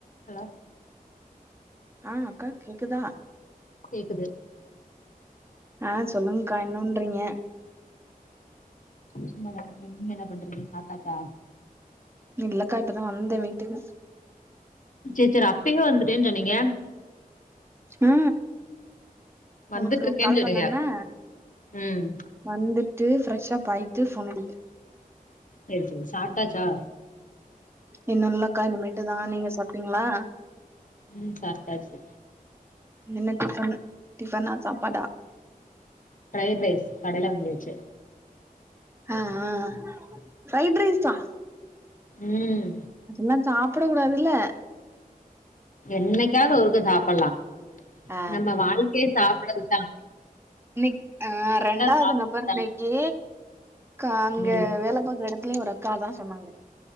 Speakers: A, on the left; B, on the right.
A: Hello
B: ஆ அக்கா கேக்குதா
A: கேக்குது
B: ஆ சொல்லுங்க்கா என்ன பண்றீங்க?
A: கொஞ்சோ நல்லா இருக்கேன் நீங்க என்ன பண்றீங்க சாப்ட்டாச்சா
B: இல்லக்கா இப்பதா வந்த வீட்டுக்கு
A: சேரி சேரி அப்பயே வந்துட்டேனு சொன்னீங்க
B: அ
A: வந்துட்டு
B: உங்களுக்கு
A: இருக்கேன்னு
B: கால்
A: சொன்னீங்க
B: பண்ணானா
A: ம்
B: வந்துட்டு ஃப்ரெஷ்ஷப்பாயிட்டு ஃபோன் அடி
A: சேரி சேரி சாப்ட்டாச்சா
B: இன்னு இல்லக்கா இனிமேட்டுதான் நீங்க சாப்ட்டீங்ளா
A: ம் சாப்டாச்சு
B: என்ன டிஃபன் டிஃபனா சாப்பாடா
A: ஃப்ரைட் ரைஸ் கடைல வாங்கியாச்சு
B: அ ஆ ஃப்ரைடு ரைஸா
A: ம்
B: அதெல்லா சாப்ட கூடாதில்ல
A: என்னைக்காவது ஒருக்கா சாப்பல்லா
B: ஆ
A: நம்ம வாழ்க்கையே சாப்டறதுக்குதான்
B: இன்னைக்கு ஆ ரெண்டாவது
A: சாப்டறதுதா
B: நபர் இன்னைக்கு கா அங்க
A: ம்
B: வேல பாக்கற எடத்துலயே ஒரு அக்கா அதா சொன்னாங்க